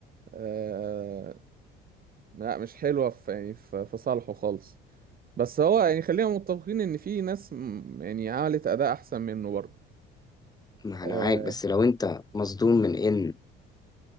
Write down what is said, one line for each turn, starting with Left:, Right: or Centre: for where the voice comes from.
Right: آه، لا مش حلوة في يعني في في صالحه خالص بس هو يعني خلينا متفقين ان في ناس م- يعني عملت اداء احسن منه برضه
Left: ما
Right: آه
Left: انا معاك بس لو انت مصدوم من ان